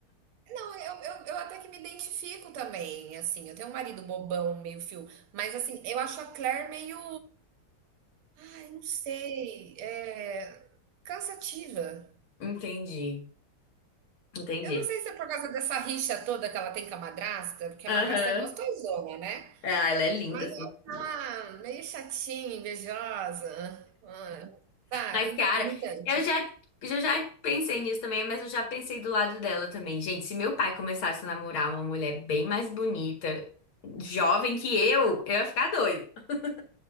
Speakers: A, on the right (about 80°); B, on the left (about 70°).
A: Não, eu eu eu até que me identifico também, assim, eu tenho um marido bobão, meio fio, mas, assim, eu acho a Claire meio, ai, não sei, eh, cansativa.
B: Entendi, entendi.
A: Eu não sei se é por causa dessa rixa toda que ela tem com a madrasta, porque
B: Aham.
A: a madrasta é gostosona, né.
B: Ah, ela é linda,
A: Mas ela
B: Sofia.
A: tá meio chatinha, invejosa, ah, sabe,
B: Mas, cara,
A: irritante.
B: eu já, eu já pensei nisso também, mas eu já pensei do lado dela também. Gente, se meu pai começasse a namorar uma mulher bem mais bonita, jovem que eu, eu ia ficar doida. <laughs>